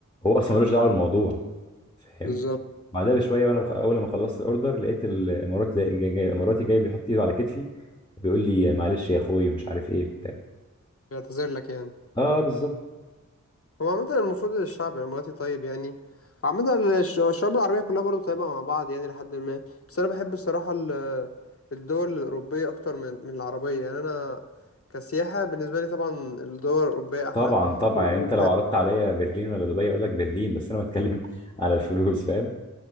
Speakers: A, on the left; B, on the left.
A: اصلا ملوش دعوه بالموضوع فاهم
B: بالظبط
A: بعدها بشويه وانا بخ... اول لما خلصت الاوردر لقيت الاماراتي جاي... جاي... جاي- الاماراتي جاي بيحط ايده على كتفي بيقول لي معلش يا اخوي ومش عارف ايه وبتاع
B: بيعتذر لك يعني
A: اه بالظبط
B: هو عامة المفروض الشعب الإماراتي طيب يعني عامة الش- الشعوب العربية كلها برضو طيبة مع بعض يعني لحد ما بس أنا بحب الصراحة ال- الدول الأوروبية أكتر من من العربية يعني أنا كسياحة بالنسبة لي طبعا الدول الأوروبية أحلى
A: طبعا طبعا
B: و...
A: يعني انت
B: و...
A: لو عرضت عليا برلين ولا دبي اقول لك برلين بس انا بتكلم <laughs> على الفلوس فاهم.